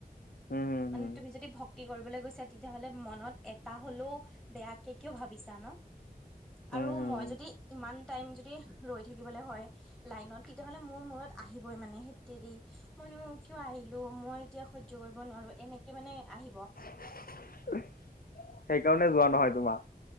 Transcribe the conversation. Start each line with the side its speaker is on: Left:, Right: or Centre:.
Left: উম হুম
Centre: মানে
Left: হুম
Centre: তুমি যদি ভক্তি কৰিবলৈ গৈছা তেতিয়াহ'লে মনত এটা হলেও বেয়াকে কিয় ভাবিছা ন আৰু
Left: উম হুম
Centre: মই যদি ইমান তাইম যদি ৰই থাকিবলে হয় লাইনত তেতিয়াহলে মো আহিবই মানে হেততেৰি মইনো কিয় আহিলো মই এতিয়া সহ্য কৰিব নোৱাৰো এনেকে মানে আহিব।
Left: সেইকাৰণে যোৱা নহয় তোমাৰ।